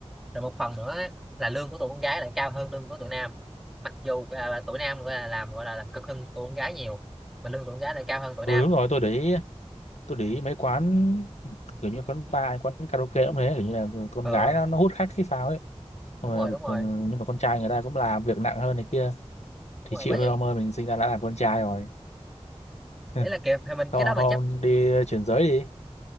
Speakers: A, in the centre; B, on the left.
A: rồi một phần nữa á, là lương của tụi con gái lại cao hơn lương của tụi nam mặc dù à, là tụi nam gọi là làm gọi là làm cực hơn tụi con gái nhiều mà lương tụi con gái lại cao hơn tụi
B: ừ
A: nam
B: đúng rồi tôi để ý tôi để ý mấy quán kiểu như quán bar quán karaoke cũng thế kiểu như là con
A: ờ
B: gái nó nó hút khách hay sao ấy Xong
A: đúng
B: rồi,
A: rồi đúng rồi
B: ừ, nhưng mà con trai người ta cũng làm việc nặng hơn này kia
A: đúng
B: thì
A: rồi
B: chịu
A: bởi
B: thôi
A: vậy
B: ông ơi mình sinh ra đã làm con trai rồi <laughs>
A: đấy là kiểu mình
B: không
A: cái đó mình
B: không
A: chấp
B: đi
A: ừ.
B: chuyển giới đi